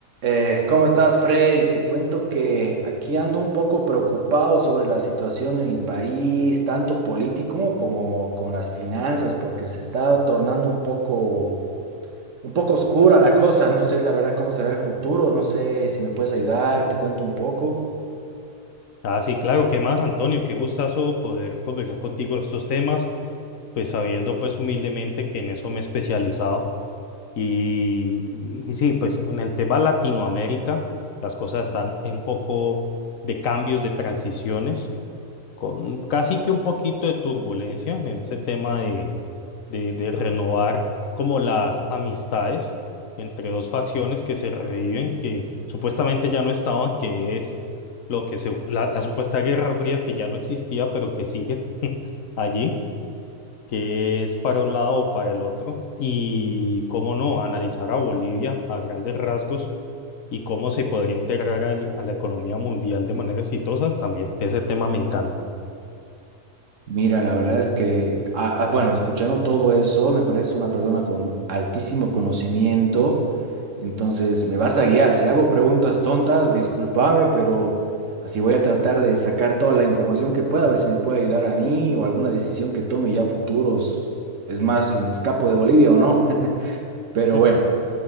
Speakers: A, on the right (about 65°); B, on the left (about 70°).
A: Eh, ¿cómo estás, Freddy? Te cuento que aquí ando un poco preocupado sobre la situación de mi país, tanto político como con las finanzas, porque se está tornando un poco, un poco oscura la cosa. No sé, la verdad, cómo será el futuro. No sé si me puedes ayudar, te cuento un poco.
B: Ah, sí, claro, ¿qué más, Antonio? Qué gustazo poder conversar contigo de estos temas, pues sabiendo pues humildemente que en eso me he especializado. Y, y sí, pues en el tema Latinoamérica, las cosas están un poco de cambios, de transiciones, con casi que un poquito de turbulencia en ese tema de, de renovar como las amistades entre dos facciones que se reviven, que supuestamente ya no estaban, que es lo que se, la, la supuesta Guerra Fría que ya no existía, pero que sigue allí, que es para un lado o para el otro, y cómo no, analizar a Bolivia a grandes rasgos y cómo se podría integrar al- a la economía mundial de manera exitosa, también ese tema me encanta.
A: Mira, la verdad es que, ah, ah, bueno, escuchando todo eso, me parece una persona con altísimo conocimiento. Entonces, me vas a guiar. Si hago preguntas tontas, discúlpame, pero así voy a tratar de sacar toda la información que pueda, a ver si me puede ayudar a mí o alguna decisión que tome ya futuros. Es más, si me escapo de Bolivia o no. <laughs> Pero
B: <laughs>
A: bueno.